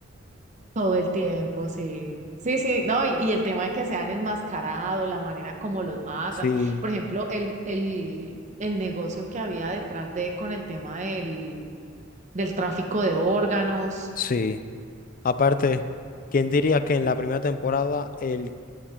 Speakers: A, on the right; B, on the left.
A: Todo el tiempo, sí. Sí, sí, no, y, y el tema de que sean enmascarados, la manera como los matan.
B: Sí,
A: Por ejemplo, el, el, el negocio que había detrás de con el tema del, del tráfico de órganos,
B: Sí. Aparte, ¿quién diría que en la primera temporada el,